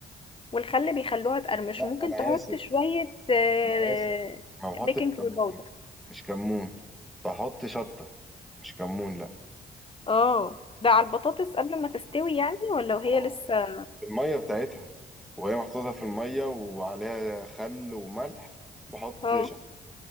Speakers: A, on the left (about 30°); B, in the centre.
A: والخل بيخلوها تقرمش
B: لا
A: ممكن
B: انا
A: تحط
B: اسف
A: شويه آه،
B: انا اسف ما بحطش
A: بيكنج
B: كمون
A: باودر
B: مش كمون بحط شطه مش كمون لا
A: اه ده على البطاطس قبل ما تستوي يعني ولا وهي
B: اه
A: لسه
B: المية بتاعتها وهي محطوطة في المية وعليها خل وملح بحط
A: اه
B: شط